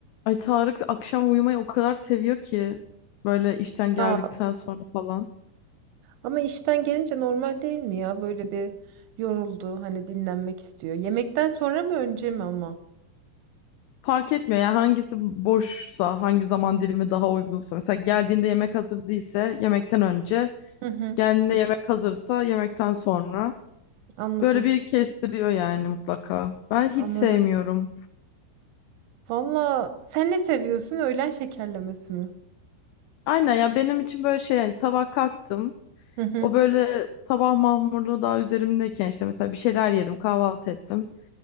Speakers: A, on the left; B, on the right.
A: Ay Tarık akşam uyumayı o kadar seviyor ki böyle işten geldikten
B: Aa,
A: sonra falan.
B: ama işten gelince normal değil mi ya? Böyle bir yoruldu, hani dinlenmek istiyor. Yemekten sonra mı önce mi ama?
A: Fark etmiyor yani hangisi boşsa, hangi zaman dilimi daha uygunsa. Mesela geldiğinde yemek hazır değilse yemekten önce,
B: Hı hı,
A: geldiğinde yemek hazırsa yemekten sonra.
B: anladım,
A: Böyle bir kestiriyor yani mutlaka. Ben hiç
B: anladım.
A: sevmiyorum.
B: Valla sen ne seviyorsun? Öğlen şekerlemesi mi?
A: Aynen ya benim için böyle şey yani sabah kalktım.
B: Hı hı.
A: O böyle sabah mahmurluğu daha üzerimdeyken işte mesela bir şeyler yedim, kahvaltı ettim.